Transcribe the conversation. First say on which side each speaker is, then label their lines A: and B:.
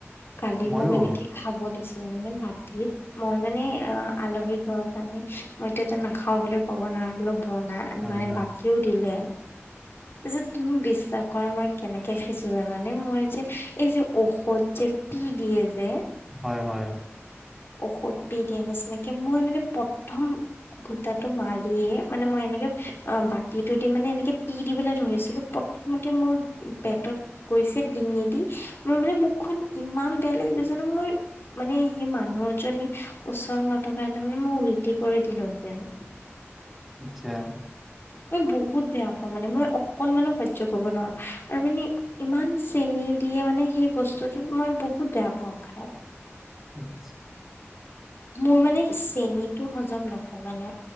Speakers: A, on the left; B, in the centre.
A: কালি
B: ময়ো
A: মোক এনেকে খাব দিছ মানে ভতিত মই মানে অ আলহী ঘৰৰ কাৰণে মইয়ায়া নাখাও বুলিও ক'ব নোৱাৰো বন
B: হয়
A: মানে
B: হয়
A: বাকিও দিলে তাৰপিছত তুমি বিশ্বাস কৰা মই কেনেকে খাইছো জানানে মই যে এই যে ঔষধ যে পি দিয়ে যে
B: হয় হয়
A: ঔষধ পি দিয়া নিচিনাকে মই মানে প্ৰথম গোটাটো মাৰিয়ে মানে মই এনেকে অ বাতিটো দি মানে এনেকে পি দিবলৈ ধৰিছিলো প্ৰথমতে মোৰ পেটত গৈছে ডিঙি দি মোৰ মানে মুখখনন ইমান বেয়া লাগিব জানো মই মানে সিমান মানুহজনী ওচৰ নথকা তাৰ মানে মই উল্টি কৰি দিলোহেঁতেন
B: আচ্ছা
A: মই বহুত বেয়া পাওঁ মানে মই অকনমানো সহ্য় কৰিব নোৱাৰো আৰু মানে ইমান চেনী দিয়ে মানে সেই বস্তুটো মই বহুত বেয়া পাওঁ খাই
B: অ
A: মোৰ মানে চেনীটো হজম নহয় মানে